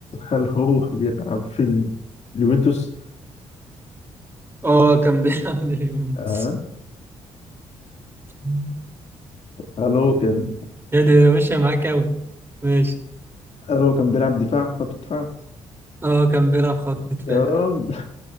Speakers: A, on the left (about 55°); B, on the right (about 20°).
A: هل هو بيلعب في ال- اليوفنتوس؟
B: آه كان بيلعب لليونس
A: آه.
B: <laughs>
A: هل هو كان
B: يا ده ماشية معاك أوي ماشي
A: هل هو كان بيلعب دفاع خط دفاع؟
B: آه كان بيلعب خط دفاع
A: يا راجل